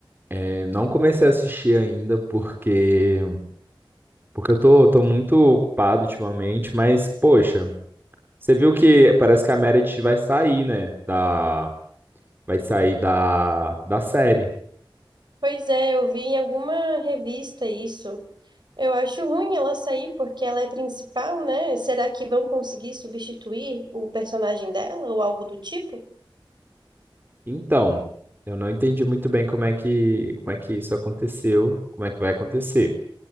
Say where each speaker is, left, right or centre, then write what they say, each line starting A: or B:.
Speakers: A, on the right (about 25°); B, on the right (about 60°).
A: eu não comecei a assistir ainda porque porque eu tô, tô muito ocupado ultimamente, mas poxa, você viu que parece que a Meredith vai sair, né? Da, vai sair da, da série.
B: Pois é, eu vi em alguma revista isso. Eu acho ruim ela sair porque ela é principal, né? Será que vão conseguir substituir o personagem dela ou algo do tipo?
A: Então, eu não entendi muito bem como é que como é que isso aconteceu, como é que vai acontecer.